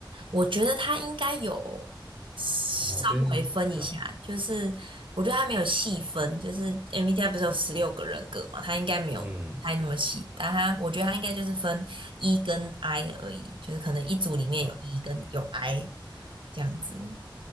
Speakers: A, on the right; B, on the right.
A: 我觉得他应该有稍微分一下，
B: 哦，因为对啊，
A: 就是我觉得他没有细分，就是 MBTI 不是有十六个人格嘛，他应该没有太那么细，
B: 嗯，
A: 但他我觉得他应该就是分 E 跟 I 而已，就是可能一组里面有
B: 对啊，
A: E 跟有 I 这样子。